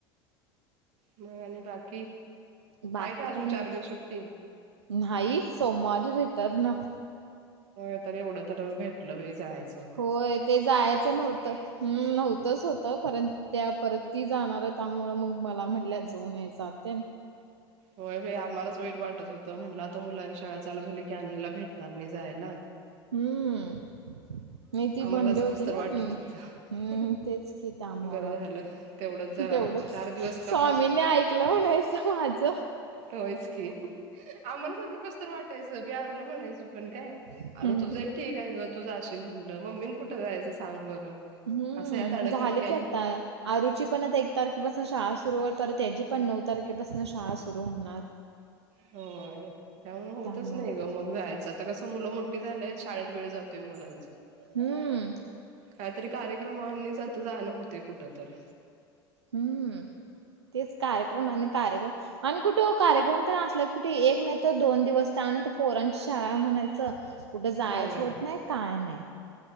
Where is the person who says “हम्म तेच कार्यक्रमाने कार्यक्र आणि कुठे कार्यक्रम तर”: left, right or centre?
Right